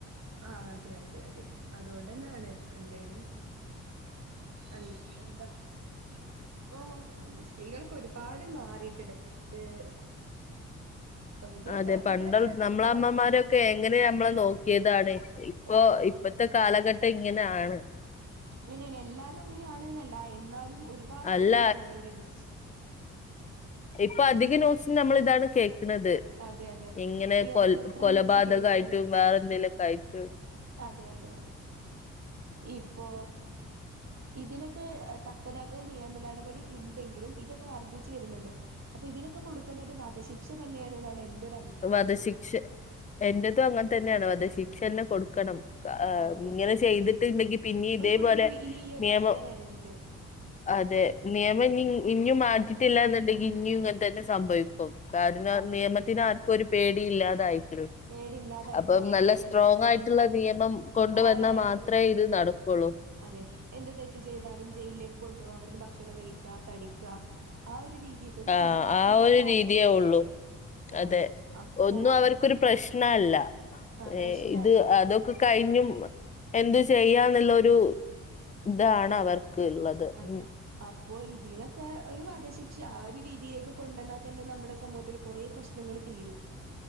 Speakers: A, on the right; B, on the left.
A: ആഹ് അതെഅതെഅതെഅതൊണ്ടെന്നാണ്അല്ലേല് അല്ലാണ്ടെന്താ. ഇപ്പോ സ്ത്രീകളൊക്കൊരുപാട് മാറി ട്‌ണ്ട് ഏഹ് ഇതിനൊക്കെ
B: അതെപണ്ട്
A: ഇതിനൊക്കെ
B: നമ്മളെ
A: തക്കതായിട്ടുള്ള
B: അമ്മമാരൊക്കെ
A: രീതിയിൽ
B: എങ്ങനെയനമ്മളെനോ ക്ക്യതാണ് ഇപ്പൊ
A: ഓ
B: ഇപ്പത്തെ കാലഘട്ടം ഇങ്ങനാണ്.
A: അങ്ങനേണ് എല്ലാരും അങ്ങനെയാണ്ന്നല്ല എന്നാലും ഒരുപാട്പേരിങ്ങനെള്ളവര്ണ്ട്.
B: അല്ല ഇപ്പ അധികം ന്യൂസും നമ്മളിതാണ് കേക്ക്‌ണത്.
A: അതെ അതെ ഇപ്പൊ
B: ഇങ്ങനെ
A: ഈ
B: കൊൽ
A: അടുത്ത് എത്ര
B: കൊലപാതകായിട്ടും
A: ന്യൂസ് കേട്ടു
B: വേറെന്തെലൊക്കായിട്ട്.
A: അതെ അതെ അതെ ഇപ്പോ ഇതിനൊക്കെ തക്കതാട്ട് നിയമ നടപടി ഇണ്ടെങ്കിലും ഇതൊക്കെ വർദ്ധിച്ച് വര്ന്ന്ണ്ട്. അപ്പൊ ഇതിനൊക്കെ കൊടുക്കേണ്ടത് വധശിക്ഷതന്നെയേണ്ന്നാണ് എന്റെരുഅഭി
B: വധശിക്ഷ എന്റെതും അങ്ങൻതന്നെണ് വധശിക്ഷന്നെകൊടുക്കണം. ആഹ്
A: അതെ
B: ഇങ്ങനെ ചെയ്തിട്ട്ണ്ടെങ്കി പിന്നിം ഇതേപോലെ
A: ഒരു കുട്ടിക്ക് ഇനി ഈ ഒരു
B: നിയമം
A: അവസ്ഥ വരരുത്
B: അതെ നിയമം ഇഞ്ഞി ഇഞ്ഞും മാറ്റിട്ടില്ലാന്ന്ണ്ടെങ്കി ഇഞ്ഞുങ്ങൻ തന്നെസംഭവിക്കും കാരണം
A: അതെ
B: നിയമത്തിനേ ആർക്കൊരു പേടി ഇല്ലാതായിരിക്ക്‌ണ്.
A: പേടില്ലാതായിട്ട്
B: അപ്പം
A: മാറിയിട്ടുണ്ട്
B: നല്ല സ്ട്രോങ്ങായിട്ടുള്ള
A: ഇപ്പൊ
B: നിയമം കൊണ്ടുവന്നാ
A: ആരായാലും
B: മാത്രേഇത് നട കൊള്ളു
A: അതെ എന്ത് തെറ്റ് ചെയ്താലും ജയിലിലേക്ക് കൊണ്ടുപോവാ അവിടുന്ന് ഭക്ഷണം കഴിക്ക തടിക്ക ആ ഒരു രീതി ഒരു
B: ആ
A: സുഖവാസം
B: ആ
A: പോലായിട്ട്ണ്ട്
B: ഒരു രീതിയേ ഉള്ളൂ
A: ആഹ്
B: അതെ
A: അപ്പോ
B: ഒന്നും അവർക്കൊരു പ്രശ്നല്ല
A: ആഹ്
B: ഏഹ്
A: പ്രശ്നല്ല
B: ഇത് അതൊക്കെ കഴിഞ്ഞും എന്തും ചെയ്യാന്നുള്ളൊരു ഇതാണ്
A: അതെ
B: അവർക്ക് ഇള്ളത്
A: ആഹ്
B: ഉം
A: അപ്പൊ ഇതിനെ ക്കെ ഒരു വധശിക്ഷ ആ ഒരു രീതിയിലേക്ക് കൊണ്ടന്നാ തന്നെ നമ്മുടെ സമൂഹത്തില് കൊറേ പ്രശ്നങ്ങള് തീരും.